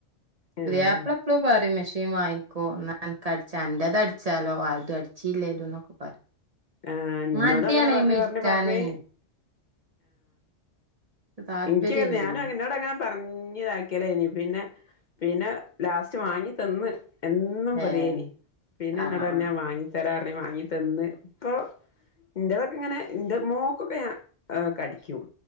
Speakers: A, on the right; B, on the left.
A: പുതിയാപ്പള
B: ആഹ്
A: എപ്പളും പറയും. മെഷീൻ വാങ്ങിക്കോ എന്നാ അൻക്ക് അടിച്ച. അന്റെത് അടിച്ചാലോ ആർതും അടിച്ചില്ലേലും ന്നൊക്കെ പറയും.
B: ആഹ് ന്നോടും
A: മടിയാണ്
B: അങ്ങനെ
A: അയിമ്മെ
B: പർഞ്ഞ്
A: ഇരിക്കാനേ
B: പർഞ്ഞ് പറർഞ്ഞി
A: ഇക്ക് താല്പര്യല്ല
B: ഇൻക്കും ങ്ങനെ ഞാനും
A: അയിനോട്
B: ങ്ങനെ ന്നോട് അങ്ങനെ പറഞ്ഞ്താക്കിയലയ്നി പിന്നെ പിന്നെ ലാസ്റ്റ് വാങ്ങി തന്ന്. എന്നും
A: ഏഹ്
B: പറയേനി പിന്നെ
A: ആഹ്
B: ന്നോടർഞ്ഞ്
A: ആഹ്
B: ഞാൻ വാങ്ങിത്തരാർഞ് വാങ്ങി തന്ന് ഇപ്പൊ ഇൻറതൊക്കെ ഇങ്ങനെ, ഇൻ്റെ മോക്കൊക്കെ ഞാ അടിക്കും.